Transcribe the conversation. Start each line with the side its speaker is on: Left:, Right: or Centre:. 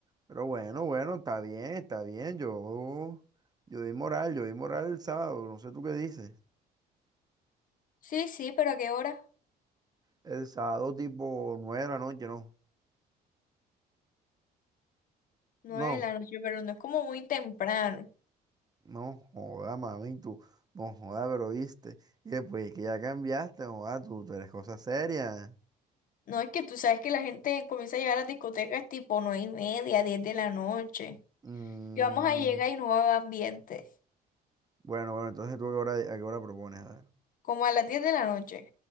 Right: pero bueno, bueno, está bien, está bien. Yo, yo di moral, yo di moral el sábado, no sé tú qué dices.
Left: Sí, sí, pero ¿a qué hora?
Right: El sábado tipo nueve de la noche, ¿no?
Left: Nueve
Right: No.
Left: de la noche, pero no es como muy temprano.
Right: No joda, mami, tú, no joda, pero viste. Y después es que ya cambiaste, joda, tú, tú eres cosa seria.
Left: No, es que tú sabes que la gente comienza a llegar a las discotecas tipo nueve y media, 10 de la noche.
Right: Mm,
Left: Y vamos a llegar y no va a haber ambiente.
Right: bueno, bueno, entonces tú a qué hora, a qué hora propones, a ver.
Left: Como a las 10 de la noche.